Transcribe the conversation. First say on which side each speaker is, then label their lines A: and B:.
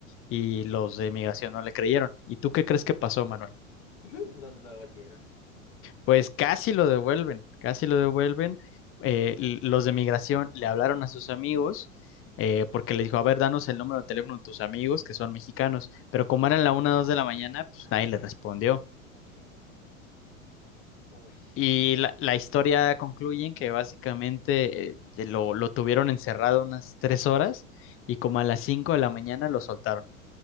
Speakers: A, on the left; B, on the left.
A: y los de migración no le creyeron. ¿Y tú qué crees que pasó, Manuel?
B: <laughs> lo, lo devolvieron.
A: Pues casi lo devuelven, casi lo devuelven. Eh, l- los de migración le hablaron a sus amigos eh, porque le dijo, a ver, danos el número de teléfono de tus amigos que son mexicanos. Pero como eran la una o dos de la mañana, pues
B: Ah,
A: nadie le respondió.
B: ok. Ush.
A: Y la, la historia concluye en que básicamente eh, que lo, lo tuvieron encerrado unas tres horas y como a las cinco de la mañana lo soltaron.